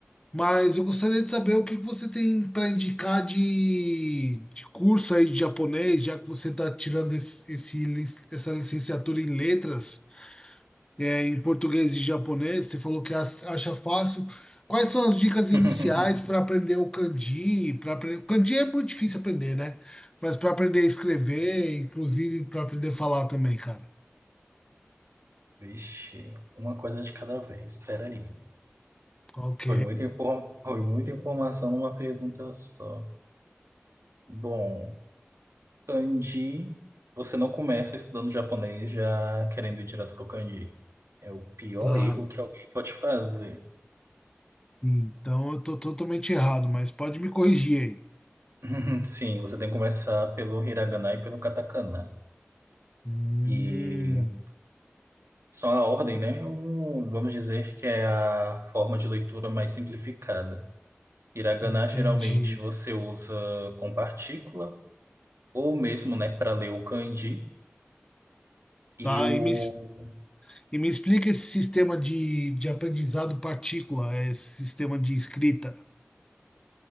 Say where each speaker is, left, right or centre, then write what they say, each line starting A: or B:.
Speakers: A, on the left; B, on the right.
A: Mas eu gostaria de saber o que que você tem para indicar de, de curso aí de japonês, já que você está tirando esse, esse lic- essa licenciatura em letras. é, em português e japonês, você falou que as- acha fácil. Quais são as dicas iniciais
B: <laughs>
A: para aprender o kanji? Para aprender... O kanji é muito difícil aprender, né? Mas para aprender a escrever, inclusive para aprender a falar também, cara.
B: Vixe, uma coisa de cada vez, espera aí.
A: Ok,
B: Foi muita inform... Foi muita informação numa pergunta só. Bom, kanji, você não começa estudando japonês já querendo ir direto pro kanji. É o pior
A: claro.
B: erro que alguém pode fazer.
A: Então eu tô totalmente errado, mas pode me corrigir aí.
B: <laughs> Sim, você tem que começar pelo hiragana e pelo katakana.
A: Hum,
B: E São a ordem, né? Ou vamos dizer que é a forma de leitura mais simplificada. Hiragana
A: entendi.
B: geralmente você usa com partícula, ou mesmo, né, para ler o kanji.
A: Tá,
B: E o.
A: e me, es- e me explica esse sistema de, de aprendizado partícula, esse sistema de escrita.